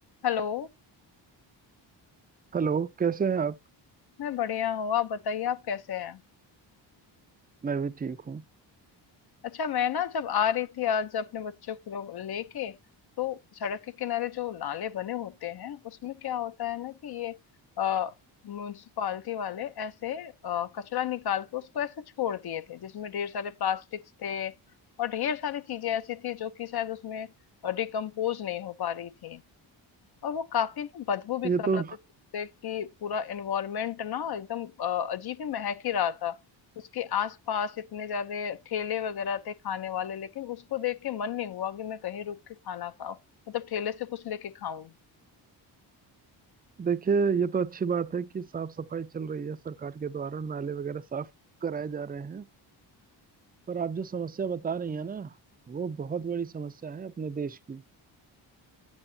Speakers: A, on the left (about 55°); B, on the right (about 20°).
A: Hello
B: Hello कैसे हैं आप
A: मैं बढ़िया हूँ आप बताइए आप कैसे हैं
B: मैं भी ठीक हूँ
A: अच्छा मैं ना जब आ रही थी आज अपने बच्चों को लोग लेके तो सड़क के किनारे जो नाले बने होते हैं उसमें क्या होता है ना कि ये म्यूनिसिपालिटी वाले ऐसे अ, कचरा निकाल के उसको ऐसे छोड़ दिए थे जिसमें ढेर सारे प्लास्टिक्स थे और ढेर सारी चीजें ऐसी थी जो कि शायद उसमें डिकम्पोज नहीं हो पा रही थी और वो काफी ना बदबू भी
B: ये
A: कर
B: तो
A: रहा था जिससे कि पूरा एनवायरनमेंट ना एकदम अ, अजीब ही महक ही रहा था उसके आसपास इतने ज्यादा ठेले वगैरह थे खाने वाले लेकिन उसको देख के मन नहीं हुआ कि मैं कहीं रुक के खाना खाऊं मतलब ठेले से कुछ लेके खाऊं
B: देखिए ये तो अच्छी बात है कि साफ सफाई चल रही है सरकार के द्वारा नाले वगैरह साफ कराए जा रहे हैं पर आप जो समस्या बता रही हैं ना वो बहुत बड़ी समस्या है अपने देश की